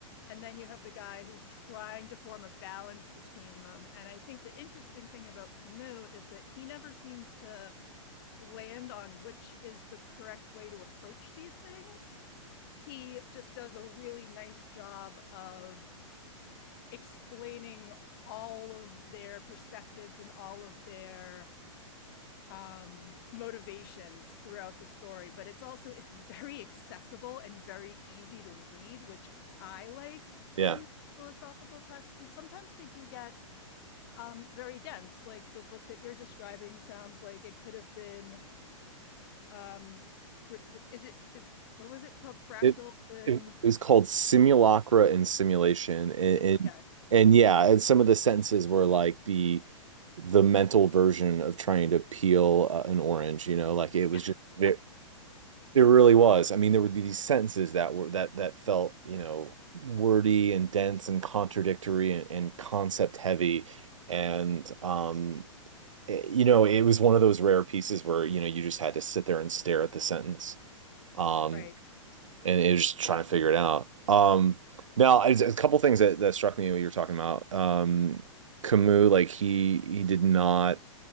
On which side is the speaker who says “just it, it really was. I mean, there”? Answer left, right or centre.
Right